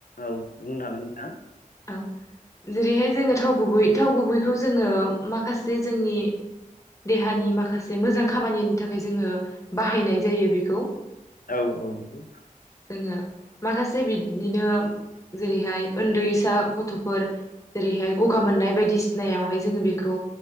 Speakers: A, on the left; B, on the left.
A: औ बुंनो हागोन नोंथाङा
B: औ। जेरैहाय जोङो थाव गुबै थाव गुबैखौ जोङो माखासे जोंनि देहानि माखासे मोजां खामानिनि थाखाय जोङो बाहायनाय जायो बेखौ।
A: औ औ नोंगौ।
B: जोङो माखासे बिददिनो जेरैहाय ओन्दै फिसा गथ'फोर जेरैहाय गगा मोननाय बायदिसिनायावहाय जोङो बेखौ